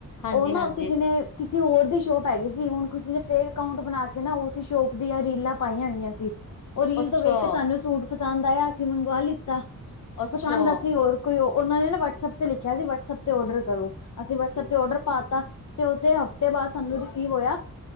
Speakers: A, on the left; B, on the left.
A: ਹਾਂਜੀ
B: ਉਹ ਨਾ,
A: ਹਾਂਜੀ
B: ਕਿਸੇ ਨੇ ਕਿਸੇ ਹੋਰ ਦੀ ਸ਼ੋਪ ਹੈਗੀ ਸੀ, ਹੁਣ ਕਿਸੇ ਨੇ ਫੇਕ ਅਕਾਊਂਟ ਬਣਾ ਕੇ ਨਾ, ਉਸ ਸ਼ੋਪ ਦੀਆਂ ਰੀਲਾਂ ਪਾਈਆਂ ਹੋਈਆਂ ਸੀ ਉਹ ਰੀਲ
A: ਅੱਛਾ
B: ਤੋਂ ਵੇਖ ਕੇ ਸਾਨੂੰ ਸੂਟ ਪਸੰਦ ਆਇਆ, ਅਸੀਂ ਮੰਗਵਾ ਲਿੱਤਾ,
A: ਅੱਛਾ
B: ਪਸੰਦ ਅਸੀਂ ਹੋਰ ਕੋਈ ਉਹ, ਉਹਨਾਂ ਨੇ ਨਾ ਵੱਟਸਐਪ ਤੇ ਲਿਖਿਆ ਸੀ, ਵਟਸਐਪ ਤੇ ਆਰਡਰ ਕਰੋ, ਅਸੀਂ ਵੱਟਸਐਪ ਤੇ ਆਰਡਰ ਪਾਤਾ ਤੇ ਉਹਦੇ ਹਫ਼ਤੇ ਬਾਅਦ ਸਾਨੂੰ ਰਿਸੀਵ ਹੋਇਆ